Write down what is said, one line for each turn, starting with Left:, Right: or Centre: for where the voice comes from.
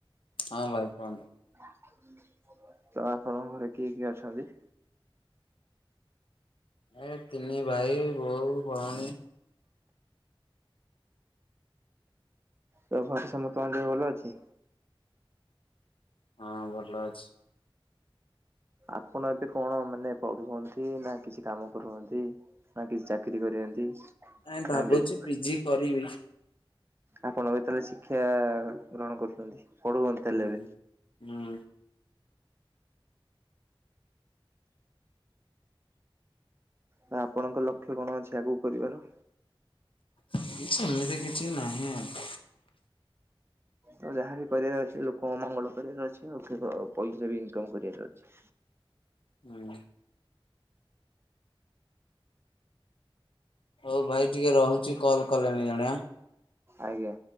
Left: ହଁ ଭାଇ କହନ୍ତୁ।
Right: ତ ଆପଣଙ୍କ ଘରେ କିଏ କିଏ ଅଛନ୍ତି?
Left: ଏ ତିନି ଭାଇ, ବୋଉ, ଭଉଣୀ।
Right: ତୋମ ଘରେ ସମସ୍ତଙ୍କ ଦେହ ଭଲ ଅଛି?
Left: ହଁ ଭଲ ଅଛି।
Right: ଆପଣ ଏବେ କଣ ମାନେ ପଢୁଛନ୍ତି ନା କିଛି କାମ କରନ୍ତି? ନା କିଛି ଚାକିରି କରଚନ୍ତି
Left: ନାଇଁ ଭାବୁଛି
Right: ନା ବି <inaudible>
Left: ପିଜି କରିବି।
Right: ଆପଣ ଏବେ ତାହେଲେ ଶିକ୍ଷା ଗ୍ରହଣ କରୁଛନ୍ତି। ପଢୁଛନ୍ତି ତାହେଲେ
Left: ଉଁ,
Right: ଏବେ
Left: ହୁଁ, ହୁଁ।
Right: ତ ଆପଣଙ୍କ ଲକ୍ଷ୍ୟ କଣ ଅଛି ଆଗକୁ କରିବାର?
Left: <inaudible> ସେମିତି କିଛି ନାହିଁ ଆଉ।
Right: ତ ଯାହାବି କରିବାର ଅଛି ଲୋକଙ୍କ ମଙ୍ଗଳ କରିବାର ଅଛି। ଆଉ କେବ ପଇସା ବି ଇନକମ୍ କରିବାର ଅଛି।
Left: ହୁଁ ହଉ ଭାଇ ଟିକେ ରହୁଚି, କଲ୍ କଲେଣି ଜଣେ ଆଁ,।
Right: ଆଜ୍ଞା।